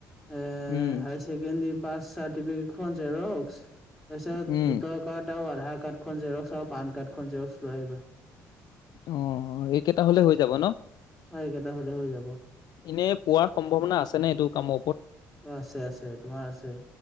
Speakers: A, in the centre; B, on the left (about 60°).
A: এ
B: উম
A: হাই ছেকেণ্ডৰী পাছ চাৰ্টিফিকেটখন জেৰক্স তাৰপিছত
B: উম
A: ভোটৰ কাৰ্ড আৰু আধাৰ কাৰ্ডখনন জেৰক্স আৰু পান কাৰ্ডখন জেৰক্স লৈ আহিবা।
B: অ', এইকেইটা হ'লে হৈ যাব ন?
A: হয় এইকেইটা হ'লে হৈ যাব।
B: এনেই পোৱাৰ সম্ভাৱনা আছে নে এইটো কামৰ ওপৰত।
A: অ', আছে আছে তোমাৰ আছে